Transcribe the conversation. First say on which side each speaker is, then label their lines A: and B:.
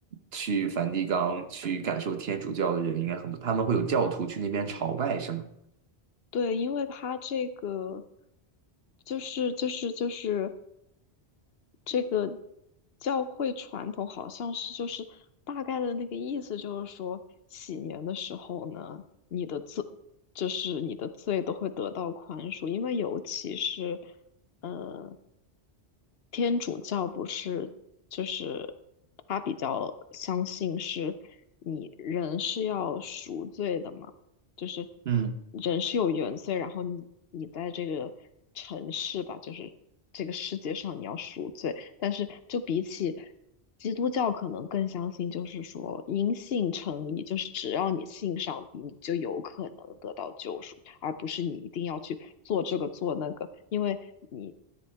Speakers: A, on the right; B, on the left.
A: 去梵蒂冈去感受天主教的人应该很多，他们会有教徒去那边朝拜，是吗？
B: 对，因为他这个就是就是就是这个教会传统好像是就是大概的那个意思，就是说喜年的时候呢，你的罪就是你的罪都会得到宽恕，因为尤其是呃天主教不是就是他比较相信是你人是要赎罪的嘛。就是
A: 嗯
B: 人是有原罪，然后你你在这个城市吧，就是这个世界上你要赎罪，但是就比起基督教，可能更相信就是说因信称义，就是只要你信上帝，你就有可能得到救赎，而不是你一定要去做这个做那个，因为你